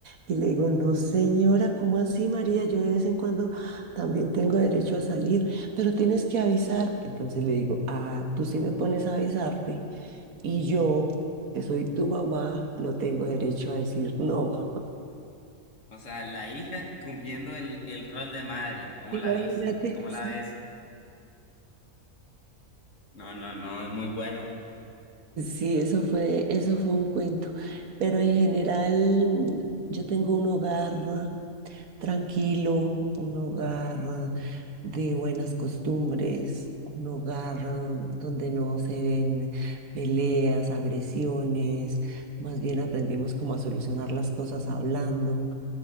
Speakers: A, on the right; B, on the left.
A: Y le digo, no, señora, ¿cómo así, María? Yo de vez en cuando también tengo derecho a salir, pero tienes que avisar. Entonces le digo, ah, tú sí me pones a avisarte y yo, que soy tu mamá, no tengo derecho a decir no.
B: O sea, la hija cumpliendo el, el rol de madre. ¿Cómo
A: <laughs> Imagínate.
B: la vis? ¿Cómo
A: Sí,
B: la ves? No, no, no, es muy bueno.
A: Sí, eso fue, eso fue un cuento. Pero en general, yo tengo un hogar. ¿no? tranquilo, un hogar eh, de buenas costumbres, un hogar eh, donde no se ven peleas, agresiones, más bien aprendimos como a solucionar las cosas hablando